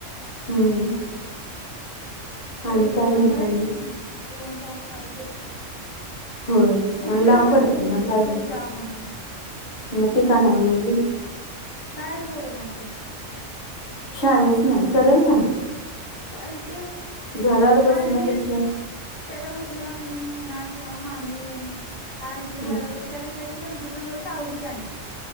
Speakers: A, on the left; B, on the left.
A: हम्म
B: तेवढं
A: आणि काय
B: ज
A: म्हणताय
B: मलाही
A: मग
B: येऊन जाऊन नाही झेपणार.
A: होय
B: गुड्डीला
A: आणि लांब
B: म्हण
A: पडते
B: तुम्ही
A: ना काही
B: तू जा म्हणून
A: मग ते का नाही बोलली
B: काय बोल ना आ ती
A: शानीच नाही करेल का नाही.
B: का ते
A: घरात बसण्यापेक्षा
B: हारबिर त्याता उजवला वाहिनी ना किंवा मम्ही हारबिर
A: हम्म
B: कराय त्यापेक्षा ते कम्प्युटर व सावलीतनी